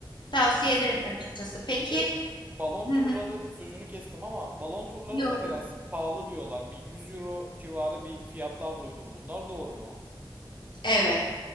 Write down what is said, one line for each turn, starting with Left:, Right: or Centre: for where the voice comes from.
Left: Tavsiye
Right: Bir,
Left: ederim açıkçası. Peki.
Right: bir de balon
Left: Hı
Right: turları
Left: hı.
Right: sözünü kestim ama balon turları
Left: Yok
Right: da biraz
Left: yok.
Right: pahalı diyorlar. Bir 100 euro civarı bir fiyatlar duydum. Bunlar doğru mu?
Left: Evet.